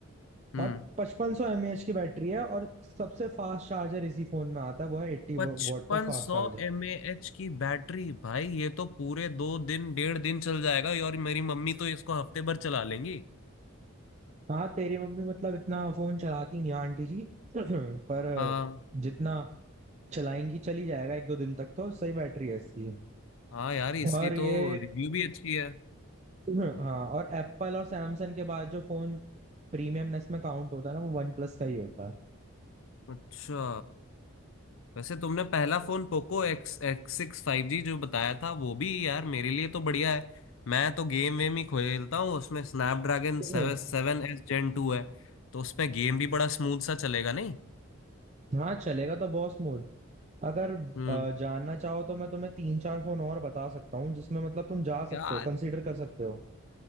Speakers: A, on the left; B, on the right.
A: हम्म
B: और पचपन सौ एम ए एच की बैटरी है और सबसे फास्ट चार्जर इसी फोन में आता है वो है एट्टी
A: पचपन
B: वॉट का फास्ट
A: सौ
B: चार्जर
A: एम ए एच की बैटरी भाई ये तो पूरे दो दिन डेढ़ दिन चल जाएगा और मेरी मम्मी तो इसको हफ्ते भर चला लेंगी
B: हाँ तेरी मम्मी मतलब इतना फोन चलाती नहीं है आंटी जी <clears throat> पर
A: हाँ
B: uh, जितना चलाएंगी चली जाएगा एक दो दिन तक तो सही बैटरी है इसकी
A: हाँ यार इसकी
B: और
A: तो
B: ये
A: रिव्यू भी अच्छी है
B: <clears throat> हाँ और एप्पल और सैमसंग के बाद जो फोन प्रीमियमनेस में काउंट होता है ना वो वन प्लस का ही होता
A: अच्छा वैसे तुमने पहला phone Poco X X six five G जो बताया था वो भी यार मेरे लिए तो बढ़िया है मैं तो गेम वेम ही खेलता हूँ उसमें Snapdragon
B: है
A: seven
B: <clears throat>
A: seven S Gen two है तो उसमें गेम भी बड़ा स्मूथ सा चलेगा नहीं
B: हाँ चलेगा तो बॉस मोड अगर
A: हम्म
B: अ, जानना चाहो तो मैं तुम्हें तीन चार फोन और बता सकता हूँ जिसमें मतलब तुम जा सकते
A: यार
B: हो कंसीडर कर सकते हो